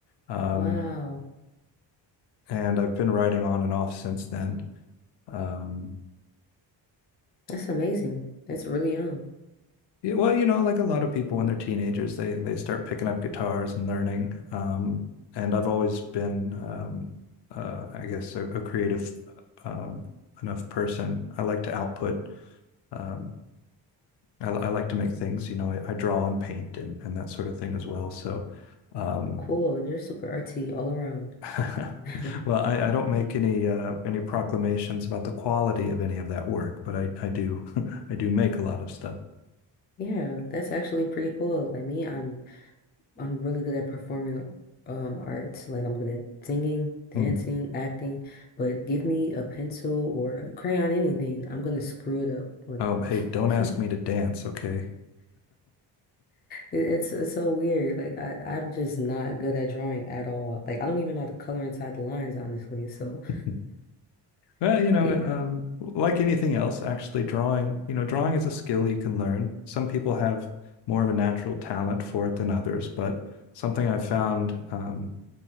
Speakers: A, on the left (about 65°); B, on the left (about 25°).
A: um,
B: Wow,
A: and I've been writing on and off since then. Um,
B: that's amazing. That's really young.
A: yeah, well, you know, like a lot of people when they're teenagers, they they start picking up guitars and learning. Um, and I've always been, um, uh, I guess, a, a creative um, enough person. I like to output. Um, I, I like to make things. You know, I, I draw and paint and and that sort of thing as well. So. Um,
B: Wow, Cool. You're super artsy all around.
A: <laughs>
B: <laughs>
A: Well, I, I don't make any uh, any proclamations about the quality of any of that work, but I, I do <laughs> I do make a lot of stuff.
B: Yeah, that's actually pretty cool. Like me, I'm I'm really good at performing um arts. Like I'm good at singing, dancing,
A: Hmm.
B: acting, but give me a pencil or a crayon, anything, I'm gonna screw it up. Like
A: Um,
B: <laughs>
A: hey, don't ask
B: it-
A: me to dance, okay?
B: it's it's so weird. Like I I'm just not good at drawing at all. Like I don't even know how to color inside the lines, honestly. So
A: <laughs> Well, you know,
B: Yeah,
A: um, like anything else, actually drawing, you know, drawing is a skill you can learn. Some people have more of a natural talent for it than others, but something I've found um,